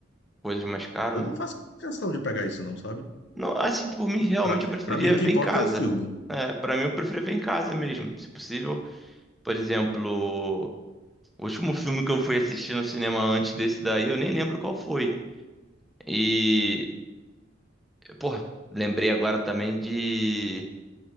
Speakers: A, in the centre; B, on the left.
A: coisas mais caras,
B: Eu
A: né?
B: não faço questão de pegar isso, não, sabe?
A: Não, assim, por mim, realmente
B: Pra,
A: eu preferia
B: pra mim, o que
A: ver
B: importa
A: em casa.
B: é o filme.
A: É, para mim, eu preferia ver em casa mesmo, se possível. Por exemplo. O último filme que eu fui assistir no cinema antes desse daí, eu nem lembro qual foi. E, porra, lembrei agora também de